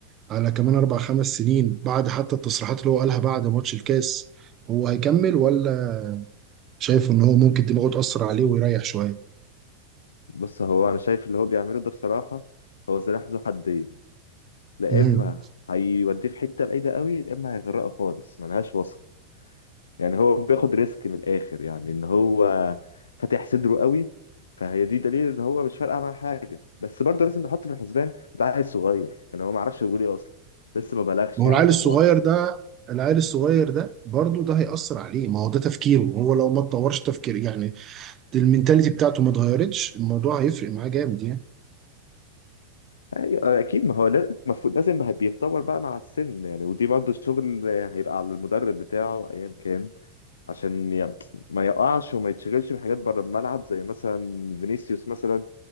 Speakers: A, on the right; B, on the left.
A: على كمان اربع خمس سنين بعد حتى التصريحات اللي هو قالها بعد ماتش الكاس هو هيكمل ولا شايف ان هو ممكن دماغه تأثر عليه ويريح شوية؟
B: بص هو انا شايف اللي هو بيعمله ده بصراحه هو سلاح ذو حدين لا
A: مهم.
B: اما هيوديه في حته بعيده قوي لا اما هيغرقه خالص ملهاش وسط يعني هو بياخد ريسك من الاخر يعني ان هو فاتح صدره قوي فهي دي دليل ان هو مش فارقه معاه حاجه بس برضه لازم نحط في الحسبان ده عيل صغير يعني هو ما عرفش يقول ايه اصلا لسه ما بلغش
A: ما هو
B: يعني
A: العيل الصغير
B: لا مؤاخذه
A: ده العيل الصغير ده برضه ده هيأثر عليه ما هو ده تفكيره هو لو ما اتطورش تفكير يعني المينتاليتي بتاعته ما اتغيرتش الموضوع هيفرق معاه جامد يعني
B: أي- اكيد ما هو لا- المفروض لازم بقى بيتطور بقى مع السن يعني ودي برضه الشغل هيبقى على المدرب بتاعه ايا كان عشان ي- ما يقعش وما يتشغلش بحاجات بره الملعب زي مثلا فينيسيوس مثلا